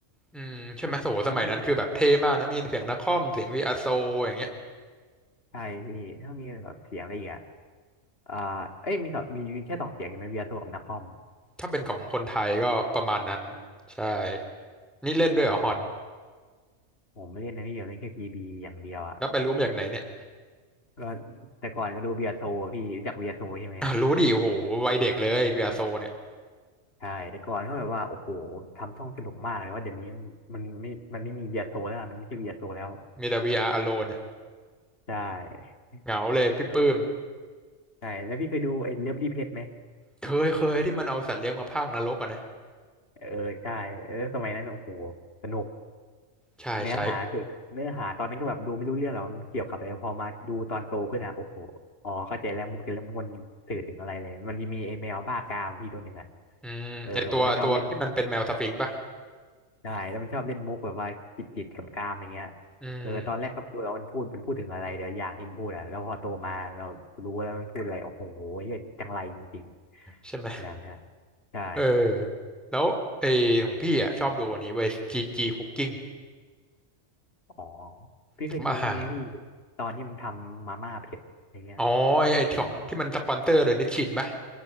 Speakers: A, in the centre; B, on the left (about 50°).
A: อืมใช่ไหมโอ้โหสมัยนั้นคือแบบเท่มากนะมีเสียงนาคอมเสียงวีอาโซอย่างเงี้ย
B: แล้วก็แล้วก็มีใช่พี่ถ้ามีแบบเสียงอะไรอีกอ่ะอ่าเอ้ยมีสองมีมีแค่สองเสียงเห็นไหมเบียร์โทรกับนักคอม
A: ถ้าเป็นของคนไทยก็ประมาณนั้นใช่นี่เล่นด้วยเหรอฮอน
B: โอ้หผมไม่เล่นนะพี่เดียวเล่นแค่พีบีอย่างเดียวอ่ะ
A: แล้วไปรู้มาจากไหนเนี่ย
B: ก็แต่ก่อนก็ดูเบียร์โทรอะพี่รู้จักเบียร์โทรใช่ไหม
A: อ่ะรู้ดิโอ้โหวัยเด็กเลยวีอาโซเนี่ย
B: ใช่แต่ก่อนก็แบบว่าโอ้โหทำช่องสนุกมากเลยว่าเดี๋ยวนี้มันไม่มันไม่มีเบียร์โซแล้วอะมันไม่ใช่เบียร์โซแล้ว
A: มีแต่ VR Alone เนี่ย
B: ใช่
A: เหงาเลยพี่ปื้ม
B: อยใช่แล้วพี่เคยดูไอ้เลิฟรีเพจไหม
A: เคยเคยที่มันเอาสัตว์เลี้ยงมาพากนรกอ่ะนะ
B: เออใช่เออสมัยนั้นโอ้โหสนุก
A: ใช่ใช่
B: เนื้อหาคือเนื้อหาตอนนั้นก็แบบดูไม่รู้เรื่องหรอกมันเกี่ยวกับอะไรพอมาดูตอนโตขึ้นอ่ะโอ้โหอ๋อเข้าใจแล้วมุกแต่ละมุกมันสื่อถึงอะไรเลยมันมีไอ้แมวภาคกามพี่ตัวหนึ่งอ่ะ
A: อืมไอตัวตัวที่มันเป็นแมวสฟิงค์ป่ะ
B: เออมันชอบเล่นใช่แล้วมันชอบเล่นมุกแบบว่าจิตจิตกำกามๆอย่างเงี้ย
A: อืม
B: เออตอนแรกก็ไม่รู้แล้วมันพูดมันพูดถึงอะไรเดี๋ยวอย่างที่มันพูดอ่ะแล้วพอโตมาเรารู้แล้วมันพูดอะไรโอ้โหเหี้ยจังไรจริงๆแล้วนะ
A: ใช่ไหม
B: ใช่
A: เออแล้วไอของพี่อ่ะชอบดูอันนี้เว้ยจีจีคุกกิ้ง
B: อ๋อพี่เคยดูนี่ไงพี่
A: ทำอาหาร
B: ตอนที่มันทำมาม่าเผ็ดอย่างเงี้ย
A: อ๋อไอไอ้ของที่มันสปอนเซอร์โดยนิชชินป่ะ